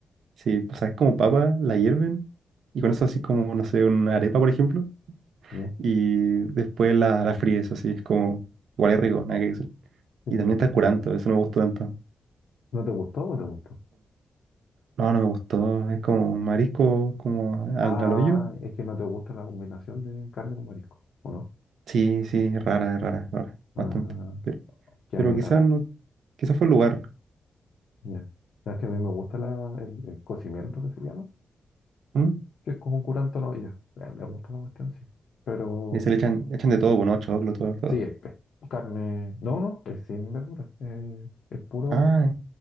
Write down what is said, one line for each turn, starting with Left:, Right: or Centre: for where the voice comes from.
Right: sí, pues sabes, como papas, la hierven y con eso así como, no sé, una arepa, por ejemplo,
Left: Ya,
Right: y después la, la fríes, así, es como, igual es rico, nada que decir.
Left: sí,
Right: Y
Left: me
Right: también
Left: imagino.
Right: está el curanto, eso no me gustó tanto.
Left: ¿No te gustó o no te gustó?
Right: No, no me gustó. Es como marisco, como al,
Left: Ah,
Right: al hoyo.
Left: es que no te gusta la combinación de carne con marisco, ¿o no?
Right: Sí, sí, es rara, es rara, es rara,
Left: Ah,
Right: bastante. Pero,
Left: que
Right: pero
Left: a mí,
Right: quizás
Left: ah,
Right: no, quizás fue el lugar.
Left: ya. Sabes que a mí me gusta la, el, el cocimiento que se llama,
Right: ¿Mm?
Left: que es como un curanto a la olla. Eh, Me gusta la cuestión, sí. Pero
Right: Y se le echan, echan de todo, bueno, choclo, todo, todo.
Left: sí, es, es carne. No, no, es sin verduras. eh, es puro
Right: Ah,
Left: car-